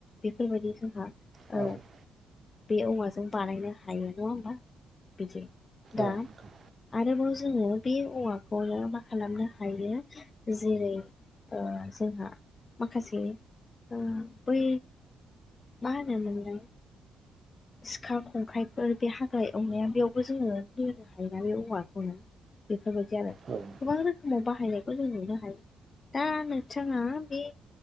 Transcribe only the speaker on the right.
औ।
<unintelligible>
औ नोंथां
औ औ